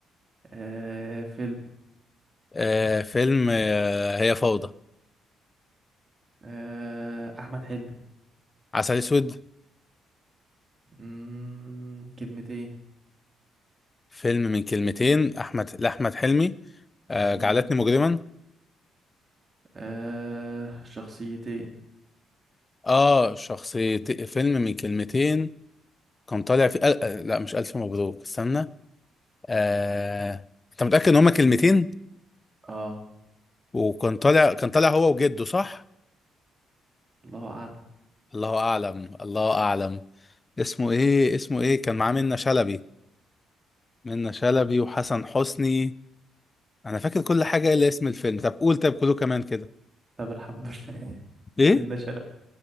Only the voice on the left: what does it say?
آه فيلم آه هي فوضى
عسل اسود
فيلم من كلمتين احمد لاحمد حلمي آه
جعلتني مجرما
اه شخصية فيلم من كلمتين كان طالع في أل... آه، لا مش الف مبروك استنى آه انت متأكد ان هما كلمتين
وكان طالع كان طالع هو وجده صح
الله اعلم الله اعلم اسمه ايه اسمه ايه كان معاه منة شلبي منة شلبي وحسن حسني انا فاكر كل حاجه الا اسم الفيلم طب قول طب كله كمان كده
ايه